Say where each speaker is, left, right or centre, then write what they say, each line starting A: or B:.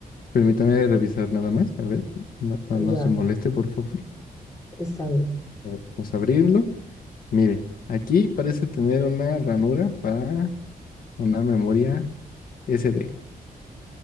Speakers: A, on the left (about 70°); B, on the left (about 20°).
A: permítame revisar nada más. A ver, no, no, no
B: Dale,
A: se moleste, por favor.
B: está bien.
A: A ver, Vamos a abrirlo. Mire, aquí parece tener una ranura para una memoria S D.